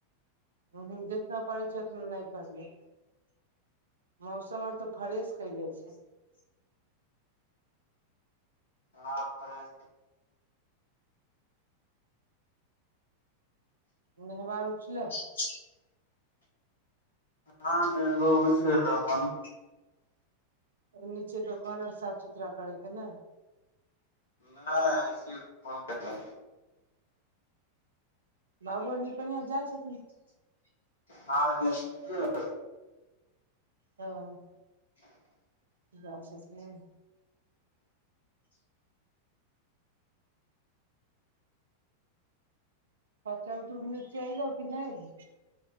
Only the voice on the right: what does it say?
हु हु जितना पड़ैक चाही ओतना नहि पड़लै। मौसम आर तो फ्रेश कयले छैय
ओने हवा उठलै?
नीचे दोकान आर साफ सुथरा करैके ने।
बाबु आर निपनियाँ जाय छैय।
हँ।
जाय छथिन। बच्चा उच्चा के मौसी ऐलहु की नहि अभी?